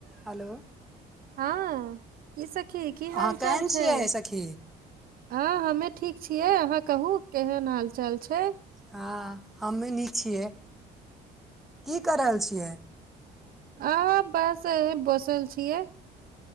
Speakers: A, in the centre; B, on the right (about 60°).
A: Hello
B: हँ की सखी की हाल
A: अहाँ केहन
B: चाल
A: छियै
B: छैय
A: सखी
B: हँ हमे ठीक छियै अहाँ कहू केहन हाल चाल छै।
A: हँ हमे निक छियै की क रहल छियै।
B: अ बस अही बसल छियै।